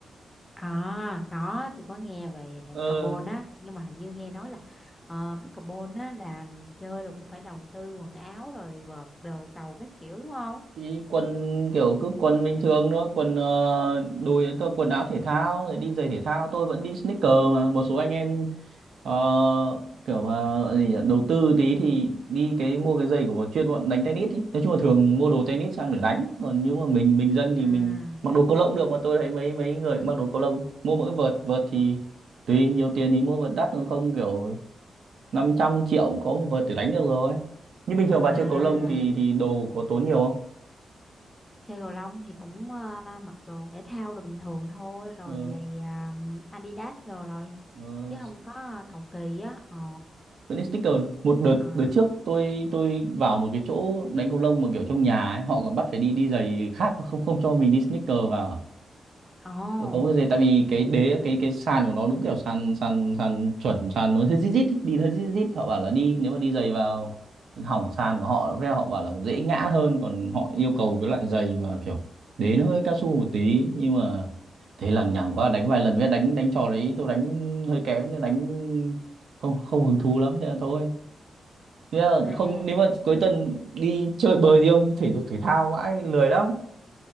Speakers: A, on the left; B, on the right.
A: à có tôi có nghe về
B: ờ
A: pickleball á nhưng mà hình như nghe nói là ờ, pickleball á là chơi là cũng phải đầu tư quần áo rồi vợt đồ cầu các kiểu đúng không
B: Thì quần kiểu cứ quần bình thường thôi quần ờ, đùi tôi quần áo
A: ừ
B: thể thao rồi đi giày thể thao tôi vẫn đi sneaker mà một số anh em ờ, kiểu mà gọi gì nhỉ? đầu tư tí thì đi cái mua cái giày của bọn chuyên bọn đánh tennis ý. nói chung là thường mua đồ tennis sang để đánh còn nếu mà mình bình dân thì
A: à
B: mình mặc đồ cầu lông được mà tôi thấy mấy mấy người cũng mặc đồ cầu lông mua mỗi vợt vợt thì tùy nhiều tiền thì mua vợt đắt còn không kiểu 500 triệu cũng có một vợt để đánh được rồi nhưng bình thường
A: à
B: bà chơi cầu lông thì thì đồ có tốn nhiều
A: Chơi cầu lông thì cũng ờ, mặc đồ thể thao đồ bình thường thôi rồi
B: không
A: giày à, Adidas đồ rồi
B: Ờ,
A: chứ không có ờ, cầu kỳ á ờ
B: vẫn đi sticker một đợt
A: À,
B: đợt trước tôi tôi vào một cái chỗ đánh cầu lông mà kiểu trong nhà ấy họ còn bắt phải đi đi giày khác không không cho mình đi sneaker vào
A: ồ
B: nó có cái gì tại vì cái đế cái cái sàn của nó đúng kiểu sàn sàn sàn chuẩn sàn nó hơi rít rít ý, đi hơi rít rít họ bảo là đi nếu mà đi giày vào hỏng sàn của họ với họ bảo là dễ ngã hơn còn họ yêu cầu cái loại giày mà kiểu đế nó hơi cao su một tí nhưng mà thế lằng nhằng quá đánh vài lần với đánh đánh trò đấy tôi đánh hơi kém nên đánh không không hứng thú lắm thế là thôi thế là
A: à
B: không nếu mà cuối tuần đi chơi bời gì không thể dục thể thao mãi lười lắm